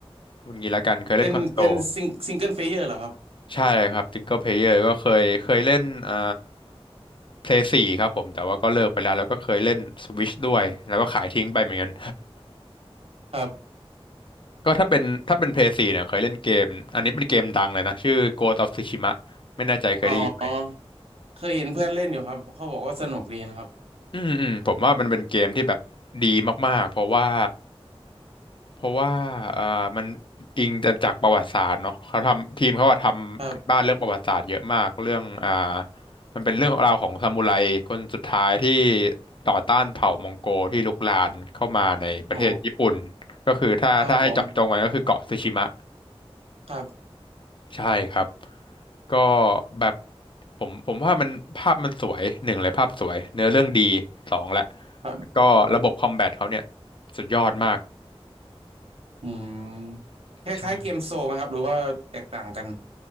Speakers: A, on the left (about 55°); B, on the right (about 70°).
A: คุณงี้ละกันเคยเล่นคอนโซล
B: เป็นเป็นซิงซิงเกิลเพลเยอร์เหรอครับ
A: ใช่ครับซิงเกิลเพลเยอร์ก็เคยเคยเล่นอ่าเพลย์สี่ครับผม แต่ว่าก็เลิกไปแล้วแล้วก็เคยเล่นสวิชด้วย แล้วก็ขายทิ้งไปเหมือนกัน
B: ครับ
A: <laughs> ก็ถ้าเป็นถ้าเป็นเพลย์สี่เนี่ยเคยเล่นเกม อันนี้เป็นเกมดังเลยนะ ชื่อ Ghost of Tsushima ไม่แน่ใจเคยได้ยินไหม
B: อ๋อเคยเห็นเพื่อนเล่นอยู่ครับเขาบอกว่าสนุกดีนะครับ
A: อืมอืมผมว่ามันเป็นเกมที่แบบดีมากๆเพราะว่าเพราะว่าเอ่อมันอิงจากประวัติศาสตร์เนาะเขาทำทีมเขาอะทำกันบ้านเรื่องประวัติศาสตร์เยอะมากเรื่องอ่า
B: ครับ
A: มันเป็นเรื่องราวของซามูไรคนสุดท้ายที่ต่อต้านเผ่ามองโกที่ลุกลานเข้ามาในประเทศญี่ปุ่น
B: อ๋อ
A: ก็คือถ้าถ้าให้เจาะจงกันก็คือเกาะสึชิมะ
B: ครับผมครับ
A: ใช่ครับ ก็แบบผมผมว่ามันภาพมันสวยหนึ่งเลยภาพสวยเนื้อเรื่องดีสองแหละ
B: ครับ
A: แล้วก็ระบบคอมแบทเขาเนี่ยสุดยอดมาก
B: อืมคล้ายๆเกมโซลไหมครับหรือว่าแตกต่างกัน
A: ใช่